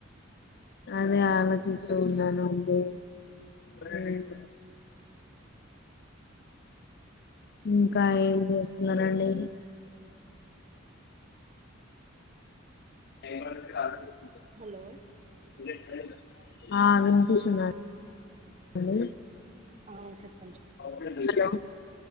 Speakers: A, on the left; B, on the right.
A: అదే ఆలోచిస్తూ ఉన్నాను అండి ఉమ్ ఇంకా ఏం చేస్ స్తున్నారండి ఏం పన్లేదు ఖలీగా ఉండ్
B: హలో
A: వినిపిస్తుందా లేదా ఆ వినిపిస్తున్నా అలో
B: ఆ చెప్
A: హలో